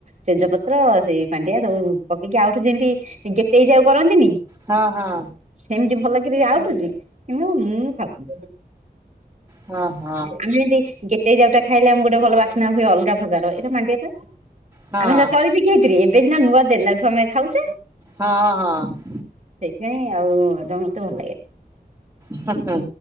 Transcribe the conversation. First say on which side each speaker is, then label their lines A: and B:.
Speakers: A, on the right; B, on the right.
A: ତେଜ ପତ୍ର, ସେଇ ମାଣ୍ଡିଆ, ଯଉ ପକେଇକି ଆଉଠୁ ଯେମତି ଗେ ଯାଉ କରନ୍ତିନି
B: ହଁ ହଁ
A: ସେମିତି ଭଲ କି ଆଉଠୁଛି କିନ୍ତୁ ମୁଁ ଖାଉିନି।
B: ହଁ ହଁ।
A: ଆମେ ଯେମତି ଗେଟେଇ ଯାଉଟା ଖାଇଲେ ଆମେ ଗୋଟେ ଭଲ ବାସ୍ନା ହୁଏ ଅଲଗା ପ୍ରକାର ଏଇଟା ମାଣ୍ଡିଆ ଟା।
B: ହଁ
A: ଆମେ ସେଟା ଚଳିଚି କି ହେଇଥିରେ ଏବେ ସିନା ନୂଆ ଦେଲାଠୁ ଆମେ ଖାଉଛେ।
B: ହଁ ହଁ।
A: ସେଇଥିପାଇଁ ଆଉ ଏଟା ମତେ ଭଲ ଲାଗେ।
B: ହଁ ହଁ।